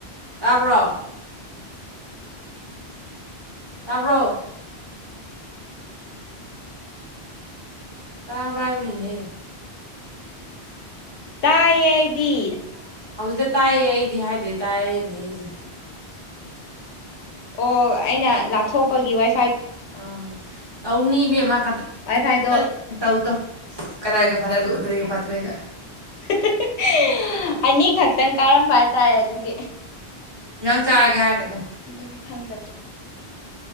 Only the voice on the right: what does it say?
ꯇꯥꯕ꯭ꯔꯣ ꯇꯥꯕ꯭ꯔꯣ ꯇꯥ ꯄ꯭ꯔꯥꯏꯕꯅꯤ ꯑ
ꯍꯧꯖꯤꯛꯇ ꯇꯥꯏꯑꯌꯦ ꯑꯩ ꯗꯤ ꯍꯥꯏꯗꯩ ꯇꯥꯔꯏꯅꯦ ꯑꯩꯁꯦ
ꯑꯪ ꯇꯧꯅꯤꯕꯃ
ꯅꯪ ꯇꯧꯗꯣ ꯀꯗꯥꯏꯒ ꯐꯏꯔꯒ ꯎꯠꯇꯔꯒ ꯐꯥꯠꯇ꯭ꯔꯦꯒ
ꯆꯥꯑꯦ ꯍꯥꯏꯒꯗ